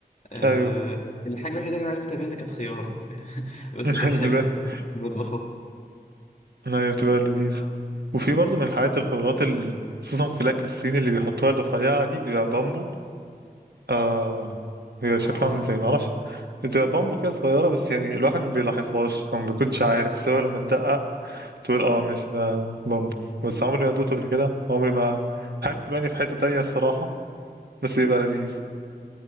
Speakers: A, on the left; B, on the right.
A: آه،
B: ايوه
A: الحاجة الوحيدة اللي أنا عرفت أميزها كانت خيار <laughs> بس
B: <laughs>
A: كانت حلوة أنا اتبسطت
B: هي بتبقى لذيذة وفي برضه من الحاجات الخضروات ال- خصوصا في الأكل الصيني اللي بيحطوها الرفيعة دي بيبقى بامبو آه بيبقى شكله
A: آه
B: عامل ازاي معرفش بتبقى بامبو كده صغيرة بس يعني الواحد ما بيلاحظهاش أو ما بيكونش عارف سواء لما تدقق تقول اه ماشي ده بامبو بس عمري ما دوقته قبل كده عمري ما هاكله يعني في حتة تانية الصراحة بس يبقى لذيذ